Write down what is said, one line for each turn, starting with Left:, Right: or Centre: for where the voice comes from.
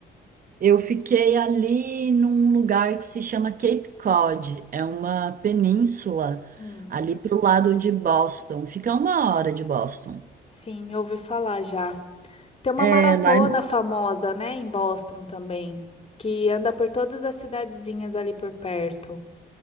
Right: Eu fiquei ali num lugar que se chama Cape Cod, é uma península
Left: Hum,
Right: ali pro lado de Boston, fica uma hora de Boston.
Left: sim, eu ouvi falar já. Tem uma
Right: É,
Left: maratona
Right: lá. é-
Left: famosa, né, em Boston também, que anda por todas as cidadezinhas ali por perto.